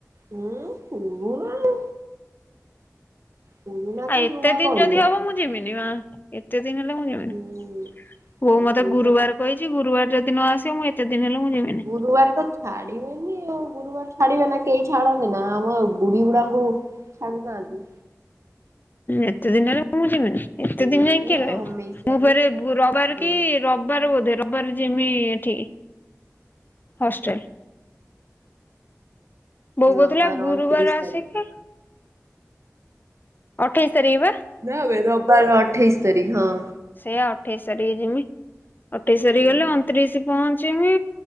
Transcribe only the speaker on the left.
ଆଉ ଏତେ
ଦିନ
ଯଦି
ହବ ମୁଁ ଯିବିନି ବା। ଏତେ ଦିନ ହେଲେ ମୁଁ ଯିବିନି।
ବୋଉ
ମତେ
ଗୁରୁବାର
କହିଚି। ଗୁରୁବାର ଯଦି ନ ଆସିବ ମୁଁ ଏତେ ଦିନ ହେଲେ ମୁଁ ଯିବିନି।
ଏତେ ଦିନ ହେଲେ ମୁଁ ଯିବିନି। ଏତେ
ଦିନ ଯାଇ କିଏ ରହିବ।
ମୁଁ ଫେରେ ରବାର
କି ରବିବାର ବୋଧେ ରବିବାର ଯିମି ଏଠିକି ହଷ୍ଟେଲ। ବୋଉ କହୁଥିଲା
ଗୁରୁବାର
ଆସିକି ଅଠେଇଶ ତାରିଖ ବା।
ସେଇଆ ଅଠେଇଶ ତାରିଖ ଯିମି। ଅଠେଇଶ ତାରିଖ
ଗଲେ
ଅଣତିରିଶ ପହଞ୍ଚିମି